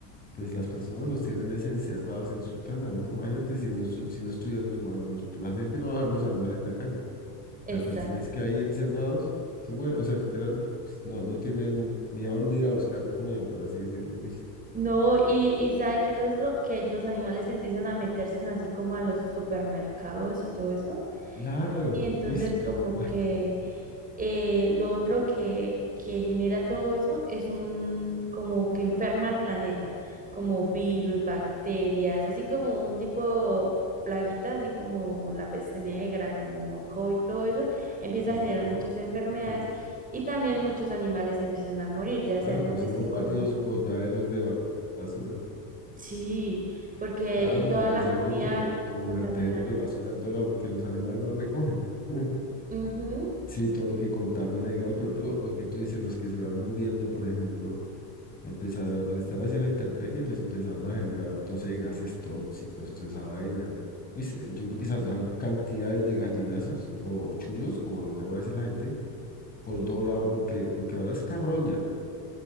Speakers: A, on the left; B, on the right.
A: pues las personas los tienen es encerrados en sus casas, ¿no? Imagínate si no, estu- si no estuvieran los humanos, los- la gente no va a dejar los animales en la calle.
B: Exacto.
A: La cuestión es que ahí encerrados se mueren, o sea, literal, pues, no, no tienen ni a dónde ir a buscar comida, por así decirlo. Uy,
B: No, y, y sabe que lo otro, que los animales empiezan a meterse en así como a los supermercados y todo eso.
A: claro,
B: Y entonces
A: uy, <laughs> me
B: como
A: imagino,
B: que eh, lo otro que, que genera todo eso es un como que enferma al planeta, como virus, bacterias, así como un tipo plaguita, así como la peste negra, como COVID, todo eso, empieza
A: como,
B: a generar muchas
A: como,
B: enfermedades
A: como-
B: y también muchos animales empiezan a morir, ya
A: claro,
B: sean
A: como
B: domésticos
A: si hubieran varios
B: o no.
A: botaderos de ba- basura.
B: Sí, porque
A: Claro,
B: y toda
A: porque
B: la
A: se
B: comida
A: vuelven como, como
B: contaminada.
A: vertederos de basura en todo lado porque los animales no recogen. <laughs>
B: Ujú,
A: Sí, todo lo que contamina, digamos, por ejemplo, lo que tú dices, los que se van muriendo, por ejemplo, empezaron, al estar hacia la intemperie, pues empezaron a generar, no sé, gases tóxicos, toda esa vaina. Y se- yo creo que saldrán cantidades de gallinazos o chulos, como lo llama a veces la gente,
B: sí.
A: por todo lado, porque lo que ahora es carroña.